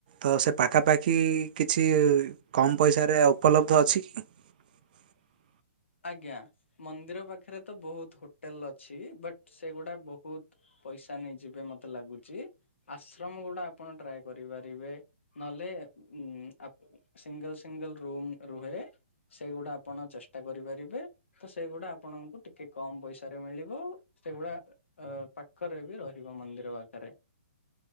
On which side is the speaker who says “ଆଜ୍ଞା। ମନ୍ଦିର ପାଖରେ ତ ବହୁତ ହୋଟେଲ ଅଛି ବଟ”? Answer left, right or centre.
Left